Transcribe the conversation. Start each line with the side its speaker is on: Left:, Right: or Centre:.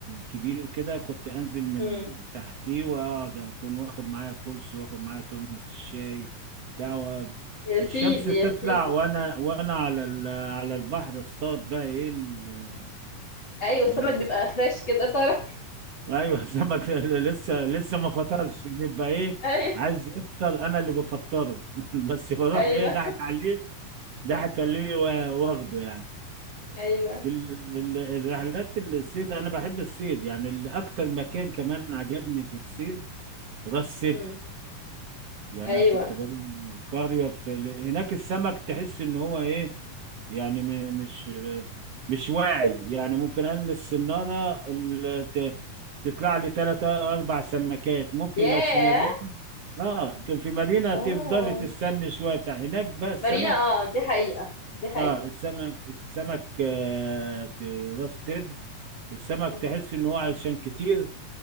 Right: كبير كده كنت انزل من
Left: امم
Right: تحتيه واقعد اكون واخد معايا كرسي واخد معايا ترمس الشاي بتاع و-
Left: يا سيدي
Right: الشمس تطلع
Left: يا سيدي
Right: وانا وانا على ال- على البحر اصطاد بقى ايه ال-
Left: ايوه
Right: آه،
Left: السمك بيبقى فريش كده طرى
Right: ايوه <laughs> سمك لسه لسه ما فطرش بيبقى ايه
Left: <laughs> ايوه
Right: عايز يفطر انا اللي بفطره <laughs> بس بروح
Left: ايوه
Right: ايه ضحك عليه ضحك عليه و- واخده يعني
Left: ايوه
Right: ال- ال- الرحلات الصيد انا بحب الصيد يعني اللي اكتر مكان كمان عجبني في الصيد راس سدر
Left: امم
Right: يعني
Left: ايوه
Right: انا كنت بروح قريه في ل- هناك السمك تحس ان هو ايه يعني م- مش مش واعي يعني ممكن المس السناره ال- ت- تطلع لي ثلاثة اربع سمكات ممكن
Left: ياه
Right: لو في مدينه اه كان في مدينه
Left: اه
Right: تفضلي تستني شويه بتاع هناك بقى السمك
Left: مارينا اه دي حقيقة دي حقيقة
Right: اه السمك السمك آه في راس سدر السمك
Left: مم.
Right: تحس ان هو عشان كتير